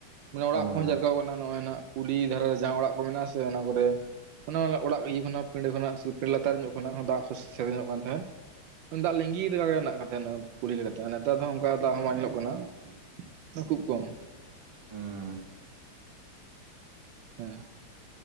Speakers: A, on the right; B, on the right.
A: ᱢᱟᱱᱮ ᱚᱲᱟᱜ
B: ᱦᱳᱭ
A: ᱠᱚᱦᱚᱸ
B: ᱦᱳᱭ
A: ᱡᱟᱨᱠᱟᱣ ᱟᱠᱟᱱᱟ, ᱱᱚᱜᱼᱚᱭ ᱱᱟᱦᱟᱜ ᱠᱩᱞᱦᱤ ᱫᱷᱟᱨᱮ ᱡᱟᱦᱟ ᱚᱲᱟᱜ ᱠᱚ ᱢᱮᱱᱟᱜᱼᱟ ᱥᱮ ᱚᱱᱟ ᱠᱚᱨᱮ ᱚᱱᱟ ᱚᱲᱟᱜ ᱤᱭᱟᱹ ᱠᱷᱚᱱᱟᱜ ᱯᱤᱸᱰᱟ. ᱠᱷᱚᱱᱟᱜ ᱥᱮ ᱯᱤᱸᱰᱟᱹ ᱞᱟᱛᱟᱨ ᱧᱚᱜ ᱠᱷᱚᱱᱟᱜ ᱦᱚᱸ ᱫᱟᱜ ᱠᱚ ᱥᱮᱛᱮᱧᱚᱜ ᱠᱟᱱ ᱛᱟᱦᱮᱸᱫ ᱾ ᱫᱟᱜ ᱞᱤᱜᱤ ᱞᱮᱠᱟ ᱜᱮ ᱢᱮᱱᱟᱜ ᱟᱠᱟᱫ ᱛᱟᱦᱮᱱᱟ ᱾ ᱠᱩᱞᱤ ᱞᱮᱠᱟᱛᱮ, ᱱᱮᱛᱟᱨ ᱫᱚ ᱦᱟᱜ ᱚᱱᱠᱟ ᱫᱟᱜ ᱦᱚᱸ ᱵᱟᱝ ᱧᱮᱞᱚᱜ ᱠᱟᱱᱟ ᱾ ᱚᱱᱟ ᱠᱷᱩᱵ ᱠᱚᱢ ᱾ <inaudible>
B: ᱦᱩᱸ
A: ᱦᱮᱸ᱾